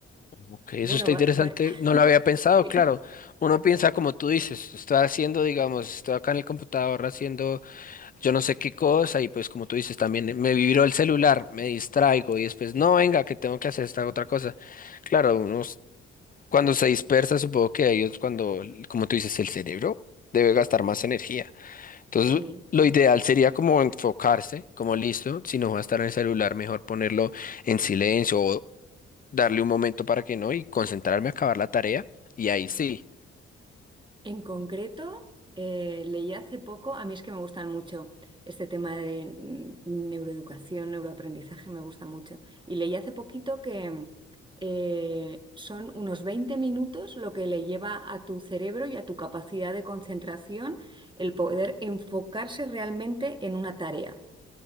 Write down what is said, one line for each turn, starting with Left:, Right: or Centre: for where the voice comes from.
Left: Ok, eso
Right: Bueno,
Left: está
Right: va-
Left: interesante,
Right: va-
Left: no lo había pensado,
Right: <laughs>
Left: claro. Uno piensa como tú dices, estoy haciendo, digamos, estoy acá en el computador haciendo yo no sé qué cosa y pues como tú dices también me vibró el celular, me distraigo y después no, venga, que tengo que hacer esta otra cosa. Claro, uno Cuando se dispersa, supongo que ahí es cuando, como tú dices, el cerebro debe gastar más energía. Entonces,
Right: sí.
Left: lo ideal sería como enfocarse, como listo, si no va a estar en el celular, mejor ponerlo en silencio o darle un momento para que no y concentrarme a acabar la tarea. Y ahí sí.
Right: En concreto, eh, leí hace poco, a mí es que me gustan mucho este tema de mm, neuroeducación, neuroaprendizaje, me gusta mucho. Y leí hace poquito que eh, son unos 20 minutos lo que le lleva a tu cerebro y a tu capacidad de concentración el poder enfocarse realmente en una tarea.